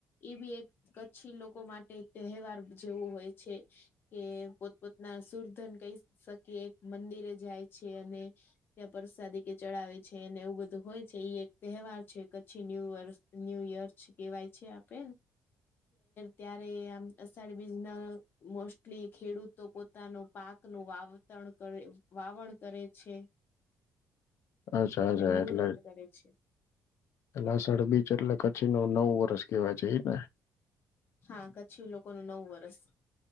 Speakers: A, on the left; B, on the left.
A: એ બી એક કચ્છી લોકો માટે તહેવાર જેવું હોય છે, કે પોતના સુરધન કહી શકી મંદિરે જાય છે અને ત્યાં પરસાદી કે ચડાવે છે અને એવું બધું હોય છે એક તહેવાર છે કચ્છી ન્યુ વર્ષ. ન્યૂ યર કહેવાય છે આપેને. ત્યારે આમ અષાઢ બીજ ના મોસ્ટલી ખેડૂત તો પોતાનો પાક ન વાવતરણ કરે વાવણ કરે છે.
B: અચ્છા અચ્છા
A: ને મુહૂર્ત
B: એટલે
A: કરે છે
B: લસણ બીચ એટલે કચ્છી ન નવ વર્ષ કેવાય જ ને.
A: હા કચ્છી લોકોનું નવ વર્ષ.